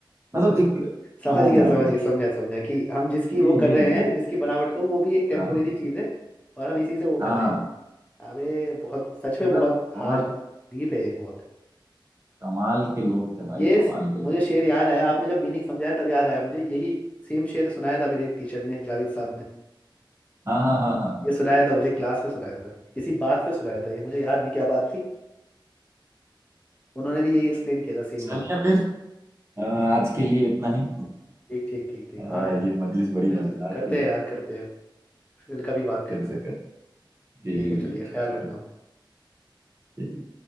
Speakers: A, on the right; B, on the left.
A: मतलब एक
B: समझ
A: हाँ
B: गया समझ गया समझा समझा कि हम जिसकी
A: ये
B: वो कर
A: ये
B: रहे
A: ये
B: हैं जिसकी बनावट को वो भी एक टेम्पोरेरी
A: हाँ
B: चीज़ है और हम इसी से वो कर
A: हाँ
B: रहे
A: हाँ,
B: हैं
A: हाँ।
B: अबे बहुत सच में
A: मतलब
B: बहुत हार्श
A: बहुत
B: डीप है ये बहुत
A: कमाल के लोग थे भाई
B: ये
A: कमाल
B: स-
A: के
B: मुझे
A: लोग
B: शेर
A: थे
B: याद आया आपने जब मीनिंग समझाया तब याद आया मुझे यही सेम शेर सुनाया था मेरे एक टीचर ने जावेद साहब ने
A: हाँ हाँ हाँ हाँ हाँ
B: ये सुनाया था मुझे क्लास में सुनाया था किसी बात पे सुनाया था ये मुझे याद नहीं क्या बात थी उन्होंने भी यही एक्सप्लेन किया था सेम
A: चलिए
B: बात
A: फिर अ, आज के लिए इतना ही
B: ठीक ठीक ठीक ठीक
A: अ,
B: हाँ यार
A: ये मजलिस बड़ी
B: मिलते
A: मजेदार
B: करते
A: थी
B: हैं यार करते हैं फिर कभी बात
A: फिर
B: करते
A: से
B: हैं
A: कर ठीक
B: ठीक है चलिए ख्याल
A: है ठीक
B: रखना
A: ठीक